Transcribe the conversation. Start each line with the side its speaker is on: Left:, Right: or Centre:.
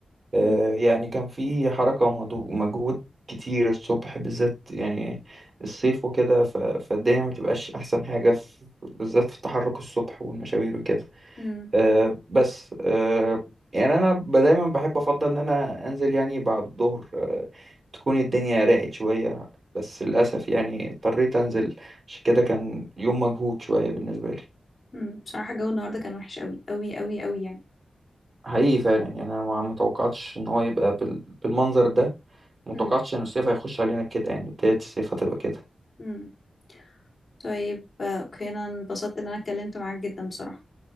Right: آه،
Left: مم.
Right: يعني كان في حركة ومضو- ومجهود كتير الصبح بالذات يعني الصيف وكده ف- فالدنيا ما بتبقاش أحسن حاجة في بالذات في التحرك الصبح والمشاوير وكده
Left: مم.
Right: آه بس آه يعني انا ب- دايما بحب افضل ان انا انزل يعني بعد الظهر آه تكون الدنيا راقت شويه بس للاسف يعني اضطريت انزل عشان كده كان يوم مجهود شويه بالنسبه لي
Left: مم. بصراحة الجو النهاردة كان وحش قوي قوي قوي قوي يعني
Right: حقيقي فعلا يعني انا ما ما توقعتش ان هو يبقى بال- بالمنظر ده ما
Left: مم.
Right: توقعتش ان الصيف هيخش علينا كده يعني بدايه الصيف هتبقى كده
Left: مم. طيب آه، اوكي انا انبسطت ان انا اتكلمت معاك جدا بصراحة